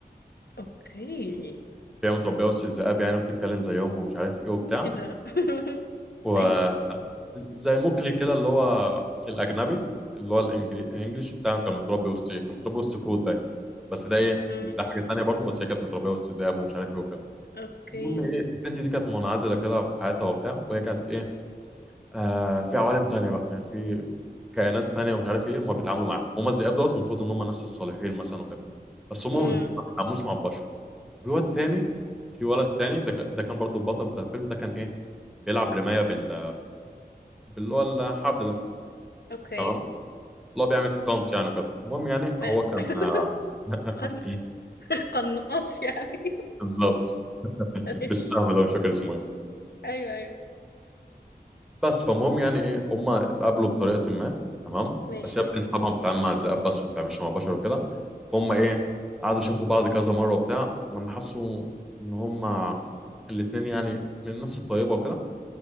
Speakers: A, on the left; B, in the centre.
A: اوكي
B: هي متربية وسط الذئاب يعني وبتتكلم زيهم ومش عارف ايه وبتاع
A: ايه ده <laughs>
B: وزي
A: ماشي
B: موكلي كده اللي هو الأجنبي اللي هو الإنجلي- الإنجليش بتاع كان متربي وسط ايه كان متربي وسط فود باين بس ده ايه
A: ماشي
B: ده حاجة تانية برضو بس هي كانت متربية وسط ذئاب ومش عارف ايه وكده
A: اوكي
B: المهم ايه البنت دي كانت منعزلة كده في حياتها وبتاع وهي كانت ايه آه في عوالم تانية بقى يعني في كائنات تانية ومش عارف ايه هم بيتعاملوا معاها هم الذئاب دوت المفروض ان هم الناس الصالحين مثلا وكده بس هم
A: امم
B: ما بيت- ما بيتعاملوش مع البشر في واد تاني في ولد تاني ده كان- ده كان برضو البطل بتاع الفيلم ده كان ايه بيلعب رماية بال باللي هو الحبل ده
A: اوكي
B: تمام اللي هو بيعمل كونس يعني وكده المهم يعني هو
A: أيوة.
B: كان
A: <laughs>
B: <laughs>
A: قنص قناص يعني
B: بالظبط
A: <laughs> ماشي
B: بالسهم ده مش فاكر اسمه
A: ايوه ايوه
B: بس فالمهم يعني ايه هم اتقابلوا بطريقه ما تمام
A: ماشي
B: بس هي البنت طبعا
A: مم.
B: بتتعامل مع الذئاب بس وما بتتعاملش مع بشر وكده فهم ايه قعدوا شافوا بعض كذا مره وبتاع لما حسوا ان هم الاثنين يعني من الناس الطيبه وكده